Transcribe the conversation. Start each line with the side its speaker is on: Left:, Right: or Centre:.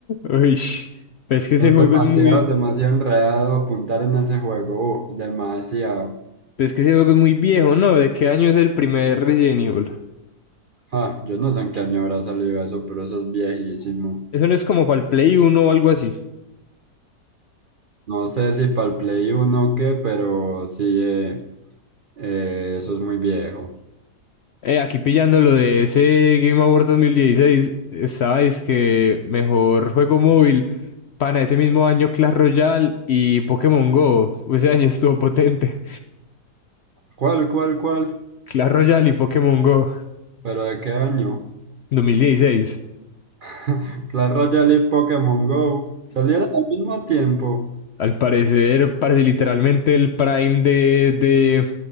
Left: Uy, es que ese
Right: Es
Left: juego
Right: demasiado,
Left: es muy...
Right: demasiado enredado apuntar en ese juego. uf, demasiado.
Left: Pero es que ese juego es muy viejo, ¿no? ¿De qué año es el primer Resident Evil?
Right: Ah, yo no sé en qué año habrá salido eso, pero eso es viejísimo.
Left: Eso no es como para el Play Uno o algo así.
Right: No sé si para el Play uno o qué, pero sí, eh, eh, eso es muy viejo.
Left: Eh, aquí pillando lo de ese Game Awards 2016, estaba que mejor juego móvil. Pana, ese mismo año Clash Royale y Pokémon Go. Ese año estuvo potente.
Right: ¿Cuál, cuál, cuál?
Left: <laughs> Clash Royale y Pokémon Go
Right: ¿Pero de qué año?
Left: 2016.
Right: <laughs> Clash Royale y Pokémon Go salieron al mismo tiempo.
Left: Al parecer, parece literalmente el prime de, de,